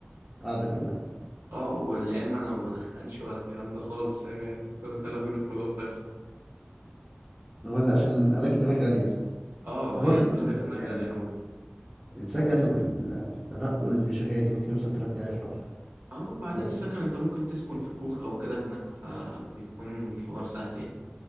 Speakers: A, in the centre; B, on the right.
A: القعدة كلها
B: اه والعلم أنا ما بدخنش ولا الكلام ده خالص فاهم يعني تمن آلاف جنيه خروجات بس
A: هو ده عشان الأماكن هنا غالية
B: اه
A: هو
B: هي
A: ال-
B: كل
A: ال-
B: حاجة هناك
A: ال- يعني
B: غالية عموما
A: السكن والتنقل مش غالي ممكن يوصل 3000 لوحده
B: اه وبعدين
A: لا
B: السكن انت ممكن تسكن في كوخ أو كده هناك فبيكون الحوار سهل يعني